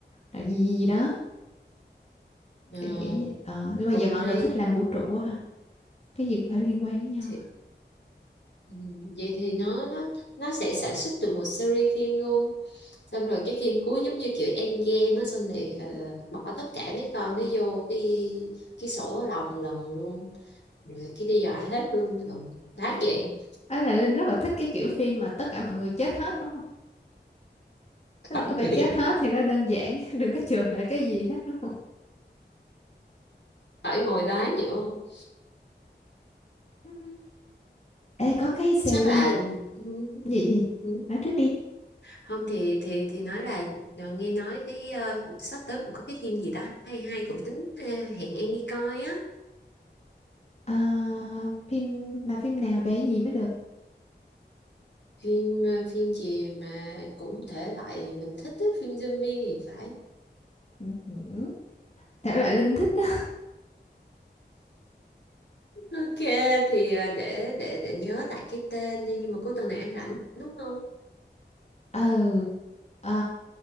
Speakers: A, on the left (about 35°); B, on the left (about 75°).
A: là gì, gì gì đó
B: ờ,
A: để kiểu vậy. Ờ, nhưng
B: cũng
A: mà giờ mọi
B: hay
A: người thích làm vũ trụ quá ha. Cái gì cũng phải liên quan với nhau.
B: thì,
A: á.
B: ừm, vậy thì nó nó nó sẽ sản xuất được một series phim luôn xong rồi cái phim cuối giống như kiểu Endgame á xong rồi ờ, bỏ tất cả mấy con nó vô cái cái sổ lồng lần luôn rồi cái đi dọa hết luôn ừ. đáng vậy
A: Ấy là Linh rất là thích cái kiểu phim mà tất cả mọi người chết hết đúng không? Tức
B: khỏi
A: là cứ phải
B: nghĩ
A: chết hết thì nó đơn giản, <laughs> đừng có chừa lại cái gì hết đúng không?
B: khỏi ngồi đó nhiều không?
A: Ừ. Ê có cái series
B: chắc là ừ,
A: gì gì?
B: ừ.
A: Nói trước đi.
B: không thì thì thì nói là ờ, nghe nói cái ờ, sắp tới cũng có cái phim gì đó hay hay cũng tính ờ, hẹn em đi coi á
A: Ờ, phim mà phim nào vẽ gì mới được
B: phim ờ, phim gì mà cũng thể loại mình thích á, phim zombie thì phải
A: Ừ, ừ. thể loại Linh thích á
B: ok thì ờ, để để để nhớ lại cái tên đi nhưng mà cuối tuần này ăn rảnh đúng không
A: ừ Ờ,